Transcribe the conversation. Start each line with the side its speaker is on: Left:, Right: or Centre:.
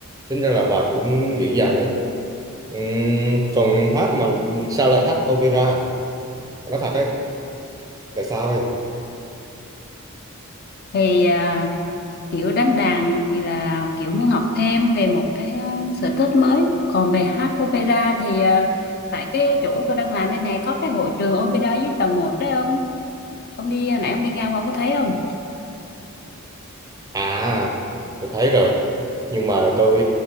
Right: tính ra là bà cũng dữ dằn đấy Ừm, còn hát mà sao lại hát opera nói thật ấy tại sao em
Left: thì à, kiểu đánh đàn thì là kiểu muốn học thêm về một cái ờ, sở thích mới còn về hát opera thì ờ, tại cái chỗ tôi đang làm đây nè có cái hội trường opera dưới tầng một đấy ông ông đi nãy ông đi ngang qua ông có thấy không
Right: à tôi thấy rồi nhưng mà tôi